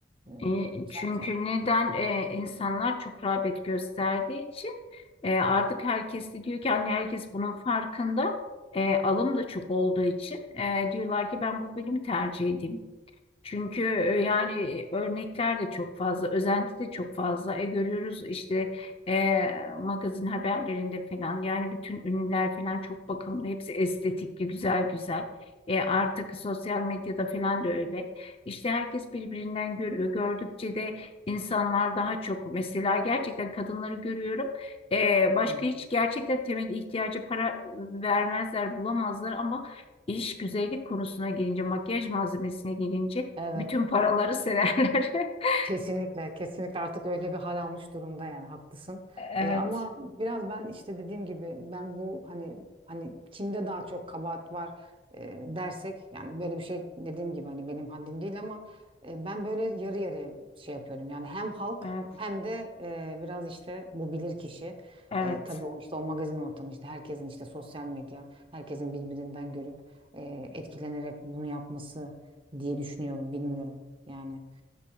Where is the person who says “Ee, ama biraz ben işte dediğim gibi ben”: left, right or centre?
Right